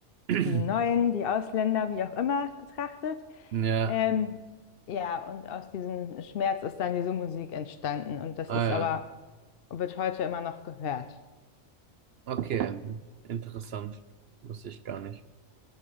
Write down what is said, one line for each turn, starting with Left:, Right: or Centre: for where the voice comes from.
Right: <clears throat>
Left: die Neuen, die Ausländer, wie auch immer betrachtet.
Right: Ja,
Left: Ähm, ja, und aus diesem Schmerz ist dann diese Musik entstanden und das
Right: ah
Left: ist aber,
Right: ja.
Left: wird heute immer noch gehört.
Right: Okay. Interessant. Wusste ich gar nicht.